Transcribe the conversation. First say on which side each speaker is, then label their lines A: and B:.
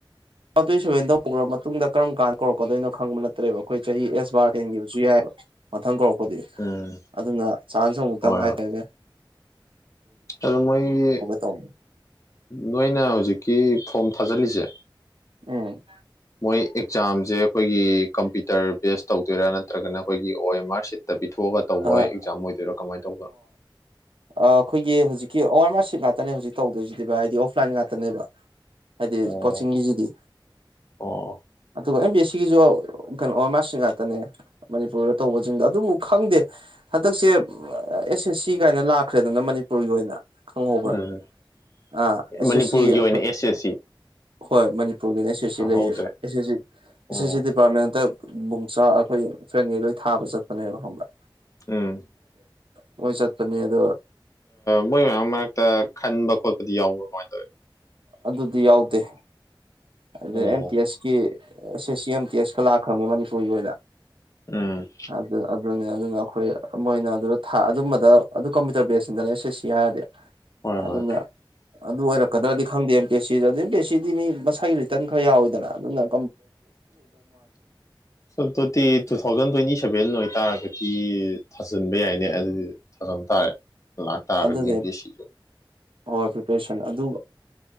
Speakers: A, on the right (about 85°); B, on the left (about 35°).
A: ꯇ꯭ꯤ ꯁꯚꯦꯟ ꯇꯧ ꯄꯨꯈ꯭ꯔ ꯃꯇꯨꯡ ꯀꯔꯝ ꯀꯥꯟ ꯀꯧꯔꯛꯀꯣꯏꯣꯪꯕ ꯅꯠꯇ꯭ꯔꯦꯕ ꯑꯩꯈꯣꯏ ꯆꯍꯤ ꯑꯦꯁ ꯕꯥꯔ ꯇꯦꯟꯈꯤꯕꯁꯨ ꯌꯥꯏꯑꯕ ꯃꯊꯪ ꯀꯧꯔꯛꯄꯗꯤ
B: ꯎꯝ
A: ꯑꯗꯨꯅ ꯆꯥꯟꯁꯨ ꯑꯃꯨꯛꯇꯪ
B: ꯍꯣꯏ
A: ꯍꯥꯏꯇꯥꯅꯦ
B: ꯍꯣꯏ ꯑꯗꯣ ꯃꯣꯏꯒꯤ
A: ꯇꯧꯅꯤ
B: ꯅꯣꯏꯅ ꯍꯧꯖꯤꯛꯀꯤ ꯐꯣꯝ ꯊꯥꯖꯤꯜꯂꯤꯁꯦ
A: ꯎꯝ
B: ꯑꯩ ꯑꯦꯛꯖꯥꯝꯁꯦ ꯑꯩꯈꯣꯏꯒꯤ ꯀꯝꯄ꯭ꯌꯨꯇꯔ ꯕꯦꯁ ꯇꯧꯗꯣꯏꯔꯥ ꯅꯠꯇ꯭ꯔꯒꯅ ꯑꯩꯈꯣꯏꯒꯤ ꯑꯣ ꯑꯦꯝ ꯑꯥꯔ ꯁꯤꯠ ꯇ ꯄꯤꯊꯣꯛꯑꯒ ꯇꯧꯕ
A: ꯑ
B: ꯑꯦꯛꯖꯥꯝ ꯑꯣꯏꯗꯣꯏꯔꯥ ꯀꯃꯥꯏꯅ ꯇꯧꯕꯣꯏꯅꯣ
A: ꯑ ꯑꯩꯈꯣꯏꯒꯤ ꯍꯧꯖꯤꯛꯀꯤ ꯑꯋꯥꯔ ꯃꯥꯔ ꯁꯤꯞ ꯉꯥꯛꯇꯅꯦ ꯍꯧꯖꯤꯛ ꯇꯧꯗꯣꯏꯁꯤꯗꯤ ꯚ ꯍꯥꯏꯗꯤ ꯥꯏꯟ ꯉꯥꯛꯇꯅꯦꯕ ꯍꯥꯏꯗꯤ
B: ꯑꯣ
A: ꯀꯣꯆꯤꯡꯒꯤꯁꯤꯗꯤ
B: ꯑꯣ
A: ꯑꯗꯨꯒ ꯑꯦꯝ ꯕꯤ ꯑꯦꯁ ꯁꯤꯒꯤꯁꯨ ꯀꯩꯅꯣ ꯃꯥꯔꯁꯤꯌꯦꯦꯜ ꯑꯥꯔꯠꯇꯅꯦ ꯃꯅꯤꯄꯨꯔꯗ ꯇꯧꯕꯁꯤꯡꯗꯣ ꯑꯗꯨꯕꯨ ꯈꯪꯗꯦ ꯍꯟꯗꯛꯁꯦ ꯑꯦꯁ ꯑꯦꯁ ꯁꯤ ꯀꯥꯏꯅ ꯂꯥꯛꯈ꯭ꯔꯦ ꯑꯗꯨꯅ ꯃꯅꯤꯄꯨꯔꯒꯤ ꯑꯣꯏꯅ ꯈꯪꯍꯧꯕ꯭ꯔꯥ
B: ꯎꯝ
A: ꯑꯥ ꯑꯦꯁ
B: ꯃꯅꯤꯄꯨꯔꯒꯤ
A: ꯑꯦꯁ ꯁꯤ ꯑꯩꯈꯣꯏ
B: ꯑꯣꯏꯅ ꯑꯦꯁ ꯑꯦꯁ ꯁꯤ
A: ꯍꯣꯏ ꯃꯅꯤꯄꯨꯔꯒꯤꯅ ꯑꯦꯁ ꯑꯦꯁ ꯁꯤ
B: ꯇꯥꯍꯧꯗ꯭ꯔꯦ
A: ꯂꯩꯌꯦꯕ ꯑꯦꯁ S C S
B: ꯑꯣ
A: S C ꯗꯤꯄꯥꯔꯠꯃꯦꯟꯇ ꯕꯨꯡꯆꯥꯥ ꯑꯩꯈꯣꯏ ꯐ꯭ꯔꯦꯟꯒꯤ ꯂꯣꯏ ꯊꯥꯕ ꯆꯠꯄꯅꯦꯕ ꯈꯪꯕ꯭ꯔꯥ
B: ꯎꯝ
A: ꯍꯣꯏ ꯆꯠꯄꯅꯤ ꯑ ꯑꯗꯨ
B: ꯃꯣꯏ ꯃꯌꯥꯝ ꯃꯔꯛꯇ ꯈꯟꯕ ꯈꯣꯠꯄꯗꯤ ꯌꯥꯎꯕ꯭ꯔꯥ ꯀꯃꯥꯏꯅ ꯇꯧꯋꯤ
A: ꯑꯗꯨꯗꯤ ꯌꯥꯎꯗꯦ ꯑ
B: ꯑꯣ
A: ꯑꯦꯝ ꯇꯤ ꯑꯦꯁꯀꯤ ꯁ ꯁꯤ ꯑꯦꯝ ꯇꯤ ꯑꯦꯁꯀ ꯂꯥꯛꯈ꯭ꯔꯕꯅꯤ ꯃꯅꯤꯄꯨꯔꯒꯤ ꯑꯣꯏꯅ
B: ꯎꯝ
A: ꯑꯗꯨ ꯑꯗꯨꯅꯦ ꯑꯗꯨꯅ ꯑꯩꯈꯣꯏ ꯃꯣꯏꯅ ꯑꯗꯨꯗ ꯊꯥ ꯑꯗꯨꯝꯕꯗ ꯑꯗꯨ ꯀꯝꯄ꯭ꯌꯨꯇꯔ ꯕꯦꯁꯁꯤꯡꯗꯅꯦ ꯑꯦꯁ ꯑꯦꯁ ꯁꯤ ꯍꯥꯏꯔꯗꯤ
B: ꯍꯣꯏ
A: ꯑꯗꯨꯅ
B: ꯍꯣꯏ
A: ꯑꯗꯨ ꯑꯣꯏꯔ ꯈꯪꯗꯦ M P S C M P S ꯁꯤꯗꯤ ꯃꯤꯁꯥꯒꯤ ꯔꯤꯇꯟ ꯈꯔꯎꯋꯦꯗꯅ ꯅꯪ
B: ꯁꯣ ꯇꯨ ꯊꯥꯎꯖꯟ ꯇ꯭ꯋꯦꯟꯇꯤ ꯁꯚꯦꯟ ꯍꯥꯏ ꯇꯥꯔꯒꯗꯤ ꯊꯥꯖꯤꯟꯕ ꯌꯥꯏꯅꯦ ꯑꯗꯨꯗꯤ ꯊꯥꯖꯟ ꯇꯥꯔꯦ ꯂꯥꯛꯇꯥ ꯑꯒꯔꯗꯤꯟꯒꯤ
A: ꯑꯗꯨꯅꯦ
B: ꯁꯤꯖꯦ
A: ꯍꯣꯏ ꯄ꯭ꯔꯤꯄꯦꯔꯦꯁꯟ ꯑꯗꯨ